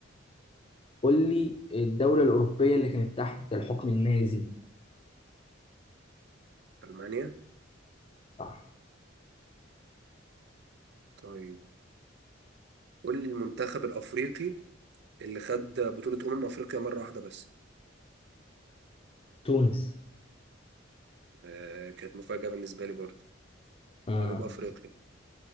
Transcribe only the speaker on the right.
ألمانيا
طيب قول لي المنتخب الأفريقي اللي خد بطولة أمم أفريقيا مرة واحدة بس
آه كانت مفاجأة بالنسبة لي برضه
جنوب أفريقيا